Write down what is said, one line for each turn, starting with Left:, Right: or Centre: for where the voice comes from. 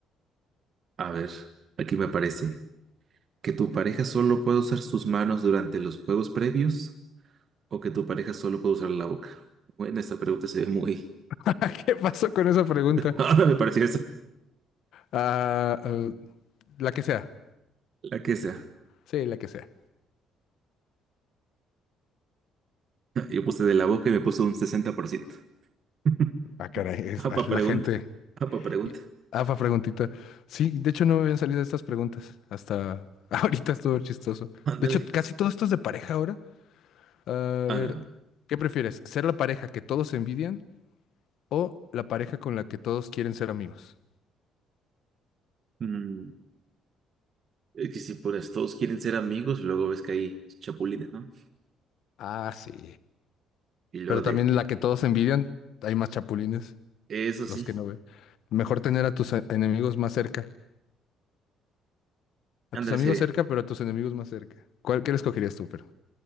Right: A ver, aquí me aparece. Que tu pareja solo puede usar sus manos durante los juegos previos o que tu pareja solo puede usar la boca? Bueno, esta pregunta se ve muy...
Left: <laughs> ¿Qué pasó con esa pregunta?
Right: <laughs> Ahora me pareció esa,
Left: Ah, eh, la que sea.
Right: la que sea.
Left: Sí, la que sea.
Right: Yo puse de la boca y me puso un 60%. <laughs>
Left: Ah, caray, es,
Right: Apa
Left: ah, la
Right: pregunta,
Left: gente.
Right: apa pregunta.
Left: Y- Afa preguntita. Sí, de hecho no me habían salido estas preguntas hasta <laughs> ahorita es todo chistoso.
Right: Ándale.
Left: De hecho, casi todo esto es de pareja ahora. A
Right: Ah,
Left: ver, ¿qué prefieres? ¿Ser la pareja que todos envidian o la pareja con la que todos quieren ser amigos?
Right: mm, es que si pues todos quieren ser amigos, luego ves que hay chapulines, ¿no?
Left: Ah, sí.
Right: Y luego
Left: Pero
Right: de...
Left: también la que todos envidian, hay más chapulines,
Right: Eso
Left: los
Right: sí,
Left: que no ven. Mejor tener a tus a- enemigos más cerca.
Right: ándale,
Left: A tus amigos
Right: sería,
Left: cerca, pero a tus enemigos más cerca. ¿Cuál, qué le escogerías tú, pero?